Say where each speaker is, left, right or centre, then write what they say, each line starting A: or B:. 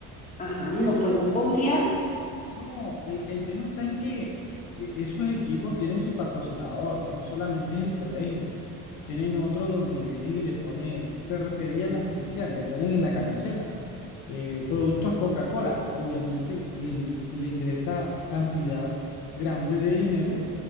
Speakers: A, on the left; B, on the left.
A: ajá, no nos podemos confiar.
B: No, el, el tema está en que eh, esos equipos tienen su patrocinador, no solamente es el colegio. Tienen otro donde vienen y le ponen ferretería la especial, le ponen en la camiseta. eh, productos Coca-Cola. Obviamente le, in- le ingresa cantidad grande de dinero